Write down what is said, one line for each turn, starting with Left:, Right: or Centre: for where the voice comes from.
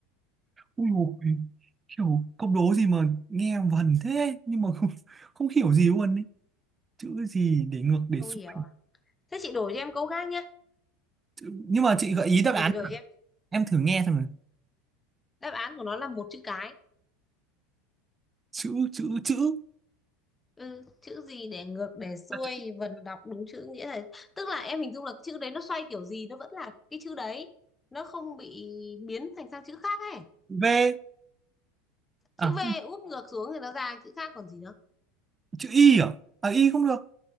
Right: Ui dồi, kiểu câu đố gì mà nghe vần thế nhưng mà không, không hiểu gì luôn ấy. Chữ gì để ngược để
Left: không
Right: xuôi
Left: hiểu à thế chị đổi cho em câu khác nhé
Right: chữ... nhưng mà chị gợi ý đáp
Left: để
Right: án
Left: chị đổi cho em
Right: em thử nghe xem nào.
Left: đáp án của nó là một chữ cái
Right: chữ chữ chữ
Left: Ừ, chữ gì để ngược để xuôi
Right: à, chữ
Left: vần đọc đúng chữ nghĩa là tức là em hình dung là cái chữ đấy nó xoay kiểu gì nó vẫn là cái chữ đấy nó không bị biến thành sang chữ khác ấy
Right: V
Left: chữ
Right: à
Left: V úp ngược xuống thì nó ra chữ khác còn gì nữa
Right: chữ Y à à Y không được